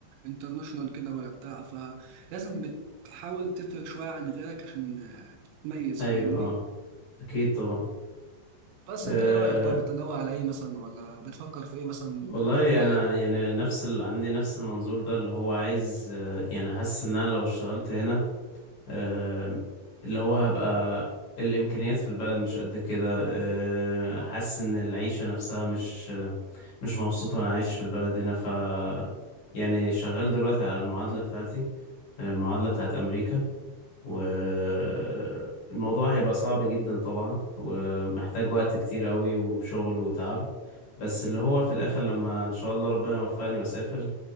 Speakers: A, on the right (about 85°); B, on the left (about 55°).
A: انترناشونال كده ولا بتاع فلازم بتحاول تفرق شويه عن غيرك عشان آه، تتميز
B: ايوه
A: فاهمني
B: اه اكيد طبعا
A: بس
B: أه
A: انت ايه رايك طيب بتنوع على ايه مثلا ولا بتفكر في ايه مثلا
B: والله
A: في حياتك
B: انا يعني نفس اللي عندي نفس المنظور ده اللي هو عايز أه يعني حاسس ان انا لو اشتغلت هنا أه اللي هو هبقى الامكانيات في البلد مش قد كده أه حاسس ان العيشه نفسها مش مش مبسوط وانا عايش في البلد هنا ف يعني شغال دلوقتي على المعادله بتاعتي آه، المعادلة بتاعت أمريكا والموضوع هيبقى صعب جدا طبعا ومحتاج وقت كتير قوي وشغل وتعب بس اللي هو في الآخر لما إن شاء الله ربنا يوفقني وأسافر